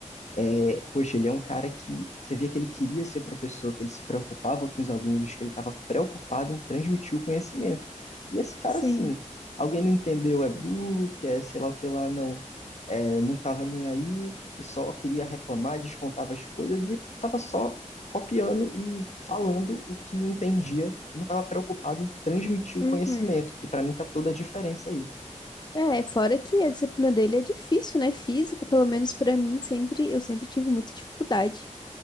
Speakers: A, on the left; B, on the left.
A: é, poxa, ele é um cara que você via que ele queria ser professor, que ele se preocupava com os alunos, que ele estava preocupado em transmitir o conhecimento. E esse cara,
B: sim.
A: assim, alguém não entendeu, é burro, que é sei lá o que lá, não, é, não estava nem aí e só queria reclamar, descontava as coisas e estava só copiando e falando o que entendia, não estava preocupado em transmitir o
B: Uhum.
A: conhecimento, que para mim está toda a diferença aí.
B: É, fora que a disciplina dele é difícil, né? Física, pelo menos pra mim, sempre eu sempre tive muita dificuldade.